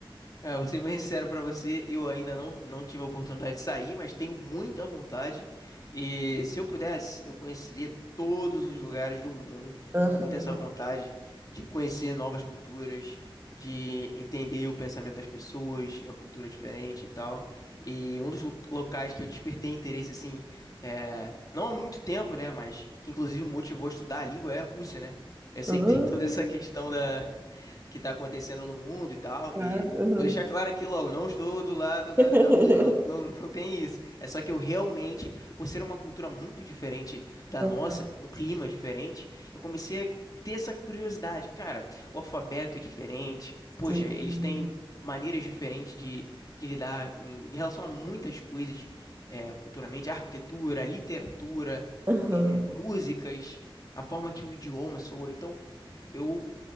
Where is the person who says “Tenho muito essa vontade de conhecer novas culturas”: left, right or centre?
Left